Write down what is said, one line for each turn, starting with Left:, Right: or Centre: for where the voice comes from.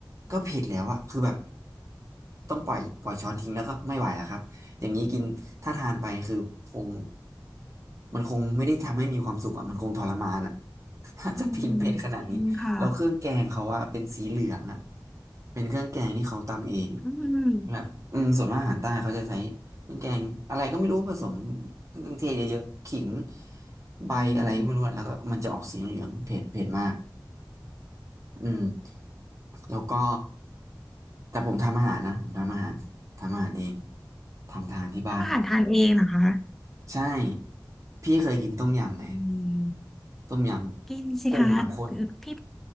Right: ก็เผ็ดแล้วอะคือแบบ ต้องปล่อยปล่อยช้อนทิ้งแล้วก็ไม่ไหวแล้วครับอย่างนี้กินถ้าทานไปคือคงมันคงไม่ได้ทำให้มีความสุขอ่ะมันคงทรมานอ่ะ <laughs> ถ้าจะพินเผ็ดขนาดนี้แล้วเครื่องแกงเขาว่าเป็นสีเหลืองอ่ะ
Centre: อืมจริงค่ะ
Right: เป็นเครื่องแกงที่เขาตำเอง
Centre: อืม
Right: แบบอืมส่วนมากอาหารใต้เขาจะใช้เครื่องแกงอะไรก็ไม่รู้ผสมเครื่องเทศเยอะๆขิงใบอะไรก็ไม่รู้อะแล้วก็มันจะออกสีเหลืองๆเผ็ดเผ็ดมาก
Centre: อืม
Right: อืมแล้วก็แต่ผมทำอาหารนะผมทำอาหารทำอาหารเองทำทานที่บ้าน
Centre: ทำอาหารทานเองเหรอคะ
Right: ใช่พี่เคยกินต้มยำไหม
Centre: อืม
Right: ต้มยำกุ้งน้ำข้น
Centre: กินสิคะคือพี่